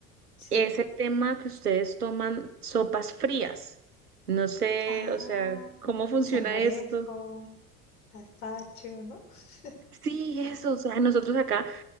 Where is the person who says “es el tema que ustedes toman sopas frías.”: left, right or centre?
Right